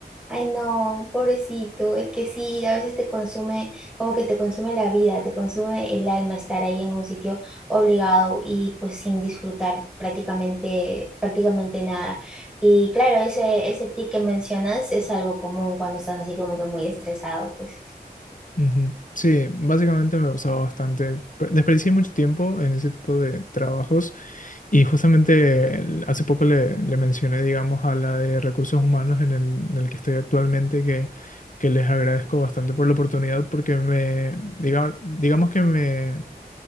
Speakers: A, in the centre; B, on the left (about 50°).
A: Ay, no, pobrecito, es que sí, a veces te consume, como que te consume la vida, te consume el alma estar ahí en un sitio obligado y pues sin disfrutar prácticamente, prácticamente nada. Y claro, ese, ese tic que mencionas es algo común cuando estás así como que muy estresado, pues
B: Ujú. Sí, básicamente me pasaba bastante. Pre- Desperdicié mucho tiempo en ese tipo de trabajos y justamente el- hace poco le, le mencioné, digamos, a la de recursos humanos en el, en el que estoy actualmente que, que les agradezco bastante por la oportunidad porque me, digamos, digamos que me